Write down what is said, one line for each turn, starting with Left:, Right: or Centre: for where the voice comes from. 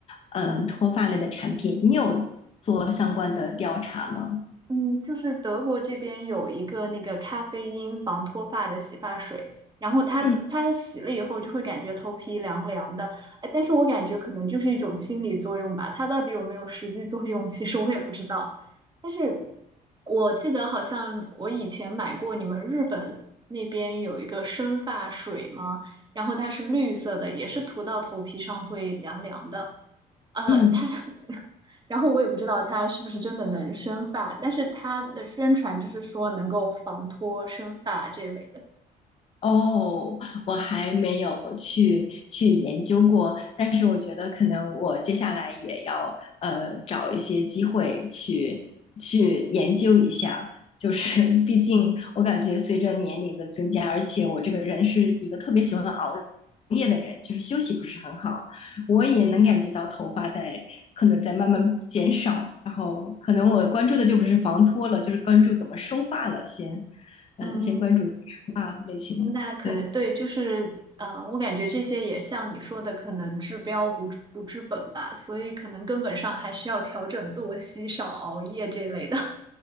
Left: 嗯、呃脱发类的产品，你有做相关的调查吗？
Right: 嗯，就是德国这边有一个那个咖啡因防脱发的洗发水，然后它它洗了以后就会感觉头皮凉凉的，
Left: 嗯
Right: 哎，但是我感觉可能就是一种心理作用吧，它到底有没有实际作用，其实我也不知道。但是我记得好像我以前买过你们日本那边有一个生发水嘛，然后它是绿色的，也是涂到头皮上会凉凉的。呃，
Left: 嗯。
Right: 它 <laughs> 然后我也不知道它是不是真的能生发，但是它的宣传就是说能够防脱生发这类的。
Left: 哦，我还没有去去研究过，但是我觉得可能我接下来也要呃找一些机会去去研究一下，就是毕竟我感觉随着年龄的增加，而且我这个人是一个特别喜欢熬夜的人，就是休息不是很好，我也能感觉到头发在可能在慢慢减少，然后可能我关注的就不是防脱了，就是关注怎么生发了先，嗯、
Right: 嗯，
Left: 先关注生发类型的。
Right: 那可能对，
Left: 对，
Right: 就是嗯、呃我感觉这些也像你说的，可能治标不治不治本吧，所以可能根本上还是要调整作息，少熬夜这类的。